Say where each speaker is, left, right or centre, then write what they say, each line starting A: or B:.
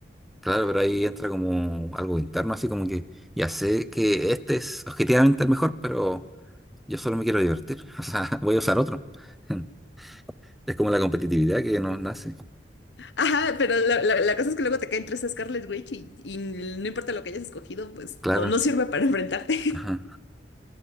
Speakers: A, in the centre; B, on the left (about 75°).
A: Claro, pero ahí entra como algo interno, así como que ya sé que este es objetivamente el mejor, pero yo solo me quiero divertir. <laughs> O sea, voy a usar otro. <laughs> Es como la competitividad que nos nace.
B: Ajá, pero la, la- la cosa es que luego te caen tres Scarlet Witch y, y no importa lo que hayas escogido, pues
A: Claro.
B: no, no sirve para enfrentarte.
A: Ajá.